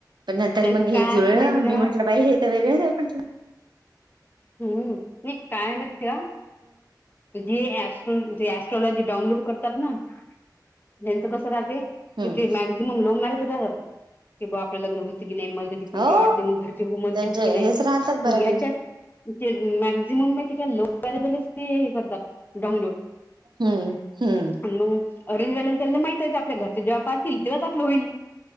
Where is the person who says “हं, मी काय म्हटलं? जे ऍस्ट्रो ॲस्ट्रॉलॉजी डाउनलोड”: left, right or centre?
Left